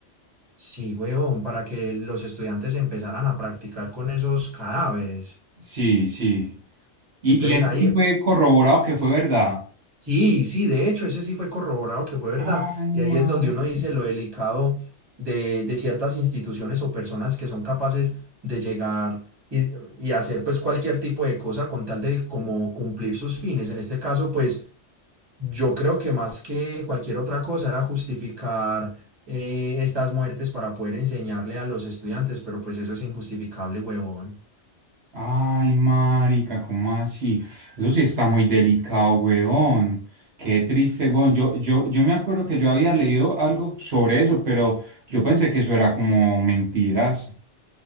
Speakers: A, on the right (about 25°); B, on the right (about 65°).
A: sí, huevón, para que los estudiantes empezaran a practicar con esos cadáveres.
B: Sí, sí. Y,
A: Entonces
B: y ese
A: ahí
B: sí fue corroborado que fue verdad.
A: Sí, sí, de hecho, ese sí fue corroborado que fue verdad.
B: Ay,
A: Y
B: mari-
A: ahí es donde uno dice lo delicado de, de ciertas instituciones o personas que son capaces de llegar y, y hacer pues cualquier tipo de cosa con tal de como cumplir sus fines. En este caso, pues yo creo que más que cualquier otra cosa era justificar eh, estas muertes para poder enseñarle a los estudiantes, pero pues eso es injustificable, huevón.
B: Ay, marica, ¿cómo así? Eso sí está muy delicado, weón. Qué triste, weón. Yo, yo, yo me acuerdo que yo había leído algo sobre eso, pero yo pensé que eso era como mentiras.